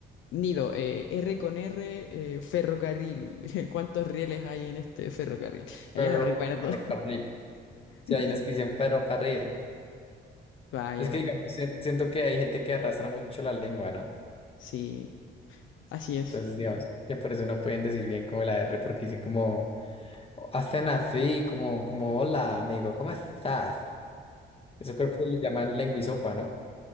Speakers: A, on the left; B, on the left.
A: nido, eh, R con R, eh, ferrocarril. <laughs> ¿Cuántos rieles hay en este ferrocarril? Ah,
B: Ferro-
A: Yo no recuerdo.
B: ferrocarril. Sí,
A: <laughs>
B: hay unos que dicen ferrocarril.
A: Vaya,
B: Es que,
A: vaya.
B: digamos, sien- siento que hay gente que arrastra mucho la lengua, ¿no?
A: Sí, así es.
B: Entonces, digamos, que por eso no pueden decir bien como la R, porque dicen como, "Oh, hacen así, como, como, hola, amigo, ¿cómo estás? Eso creo que le llaman lenguisopa, ¿no?